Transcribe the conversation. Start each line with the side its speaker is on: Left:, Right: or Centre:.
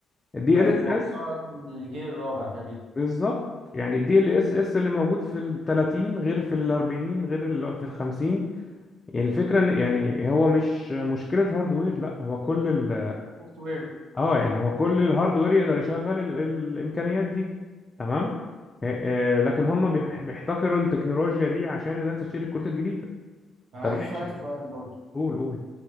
Left: الدي
Right: بقت
Left: ال مم. اس
Right: معصرة
Left: اس
Right: للجيل الرابع تقريبا
Left: بالظبط يعني الدي ال اس اس اللي موجود في ال 30 غير في ال 40 غير اللي في ال 50 يعني الفكرة إن يعني هو مش مشكلة هاردوير لا هو كل ال
Right: سوفت وير
Left: اه يعني هو كل الهاردوير يقدر يشغل ال... الإمكانيات دي تمام آه، آه، لكن هم بيح- بيحتكروا التكنولوجيا دي عشان الناس تشتري الكروت الجديدة
Right: فانا
Left: طب
Right: عايز اسألك
Left: ماشي
Right: سؤال برضو
Left: قول قول